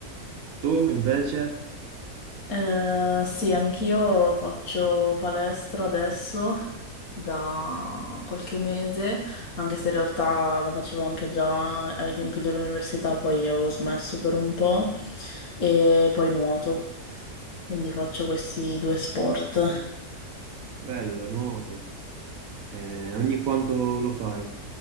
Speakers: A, on the right; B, on the left.
A: Tu invece?
B: Eh, sì, anch'io faccio palestra adesso da qualche mese, anche se in realtà la facevo anche già ai tempi dell'università, poi avevo smesso per un po' e poi nuoto, quindi faccio questi due sport.
A: Bello, nuoto. Eh, ogni quanto lo fai?